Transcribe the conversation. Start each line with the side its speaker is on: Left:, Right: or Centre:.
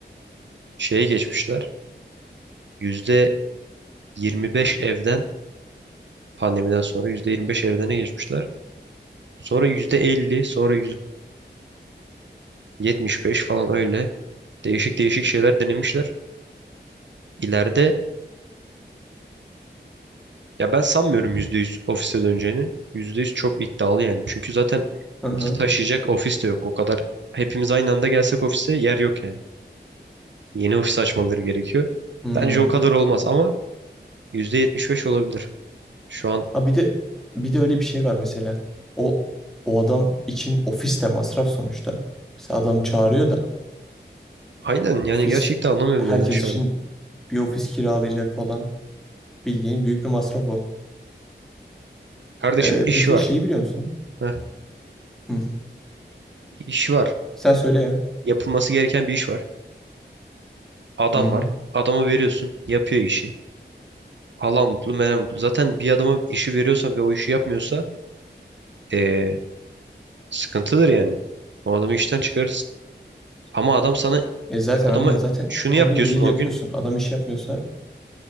Right: şeye geçmişler. yüzde. 25 evden pandemiden sonra %25 evdene geçmişler. Sonra %50, sonra %75 falan öyle değişik değişik şeyler denemişler. İleride ya ben sanmıyorum %100 ofise döneceğini. %100 çok iddialı yani. Çünkü zaten
Centre: Aha.
Right: bizi taşıyacak ofis de yok. O kadar hepimiz aynı anda gelsek ofise yer yok yani. Yeni ofis açmaları gerekiyor.
Centre: Hmm.
Right: Bence o kadar olmaz ama %75 olabilir. Şu an
Centre: Ha bir de bir de öyle bir şey var mesela. O o adam için ofis de masraf sonuçta. Mesela adam çağırıyor da
Right: aynen yani
Centre: Ofis
Right: gerçekten anlamıyorum
Centre: herkes
Right: neden şu
Centre: için
Right: an.
Centre: bir ofis kiralayacak falan. Bildiğin büyük bir masraf o.
Right: Kardeşim
Centre: Ee,
Right: iş
Centre: peki
Right: var.
Centre: şey biliyor musun?
Right: Heh,
Centre: Hı.
Right: iş var.
Centre: Sen söyle ya.
Right: Yapılması gereken bir iş var. Adam
Centre: Hı hı.
Right: var. Adama veriyorsun. Yapıyor işi. Allah mutlu, Meryem mutlu. Zaten bir adama işi veriyorsan ve o işi yapmıyorsa eee, sıkıntıdır yani. O adamı işten çıkarırsın. Ama adam sana
Centre: E zaten
Right: adama
Centre: aynen zaten
Right: şunu
Centre: her
Right: yap
Centre: gün
Right: diyorsun
Centre: daily
Right: o
Centre: yapıyorsun.
Right: gün.
Centre: Adam iş yapmıyorsa